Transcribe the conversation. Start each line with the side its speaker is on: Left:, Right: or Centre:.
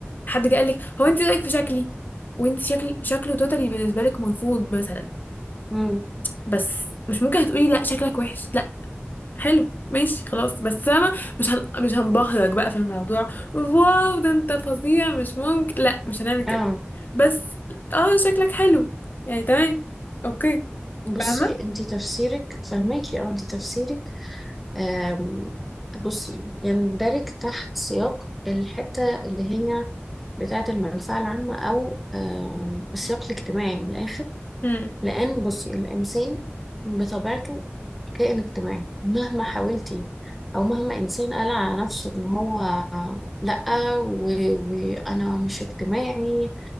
Left: حد قال لك هو انت رايك في شكلي وانت شكل شكله توتالي بالنسبه لك مرفوض مثلا
Centre: امم
Left: بس مش ممكن هتقولي لا شكلك وحش حلو ماشي خلاص بس انا مش هن... مش هنبهرك بقى في الموضوع واو ده انت فظيع مش ممكن لا مش هنعمل كده
Centre: اه
Left: بس اه شكلك حلو يعني تمام اوكي
Centre: بصي
Left: فاهمة
Centre: انتي تفسيرك فهماكي اه انتي تفسيرك آم، بصي يندرج تحت سياق الحتة اللي هي بتاعة المنفعة العامة أو آم، السياق الاجتماعي من الآخر
Left: هم
Centre: لأن بصي الإنسان بطبيعته كائن اجتماعي مهما حاولتي أو مهما إنسان قال على نفسه إن هو لأ و- وأنا مش اجتماعي